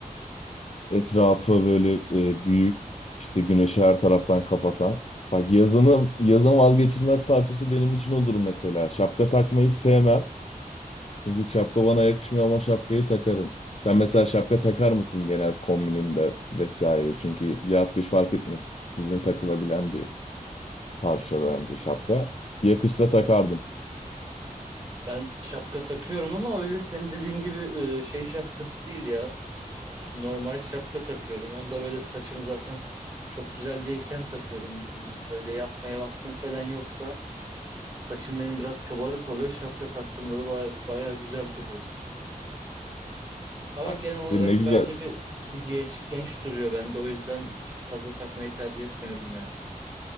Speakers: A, on the left; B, on the right.
A: Etrafı böyle e, büyük, işte güneşi her taraftan kapatan. Bak yazının yazın vazgeçilmez parçası benim için odur mesela. Şapka takmayı sevmem. Çünkü şapka bana yakışmıyor ama şapkayı takarım. Sen mesela şapka takar mısın genel kombininde vesaire? Çünkü yaz kış fark etmez. Sizin takılabilen bir parça bence şapka. Yakışsa takardım.
B: Ben şapka takıyorum ama öyle senin dediğin gibi e, şey şapkası değil ya. Normal şapka takıyorum. Onu da böyle saçım zaten çok güzel değilken takıyorum. Hmm, Böyle yapmaya vaktim falan yoksa saçım benim biraz kabarık oluyor. Şapka taktığımda da baya, baya güzel duruyor zaten. Ama
A: Ya
B: genel
A: işte
B: olarak
A: ne güzel.
B: bence bir bir genç genç duruyor. Ben de o yüzden fazla takmayı tercih etmiyorum ya.